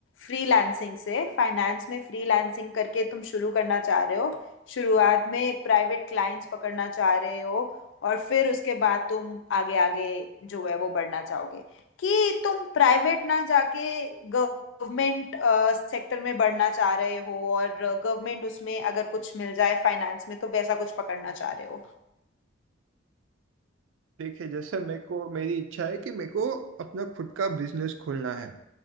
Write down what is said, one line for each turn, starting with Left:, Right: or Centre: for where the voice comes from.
Left: फ्रीलांसिंग से फाइनेंस में फ्रीलांसिंग करके तुम शुरू करना चाह रहे हो शुरुआत में प्राइवेट क्लाइंट्स पकड़ना चाह रहे हो और फिर उसके बाद तुम आगे आगे जो है वो बढ़ना चाहोगे कि तुम प्राइवेट ना जाके गवर्नमेंट सेक्टर में बढ़ना चाह रहे हो और गवर्नमेंट उसमें अगर कुछ मिल जाए फाइनेंस में तो वैसा कुछ पकड़ना चाह रहे हो
Right: देखिए जैसे मेरे को मेरी इच्छा है कि मेरे को अपना खुद का बिजनेस खोलना है